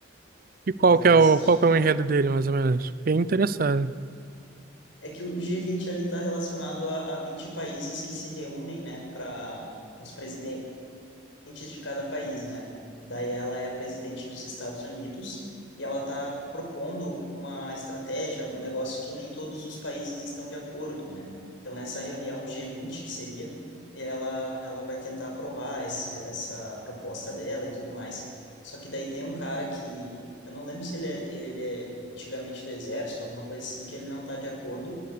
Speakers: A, on the right (about 45°); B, on the left (about 75°).
A: E qual
B: Mas vale
A: que é o,
B: assistir,
A: qual que
B: cara.
A: é o enredo dele, mais ou menos? Fiquei interessado.
B: É que o G20 ali tá relacionado a, a 20 países que se reúnem, né, para os presidentes presidentes de cada país, né? Daí ela é a presidente dos Estados Unidos e ela está propondo uma estratégia, um negócio que nem todos os países estão de acordo, né? Então, nessa reunião G20, que seria, ela, ela vai tentar aprovar esse, essa proposta dela e tudo mais. Só que daí tem um cara que, eu não lembro se ele é, ele é antigamente do exército, alguma coisa assim, que ele não está de acordo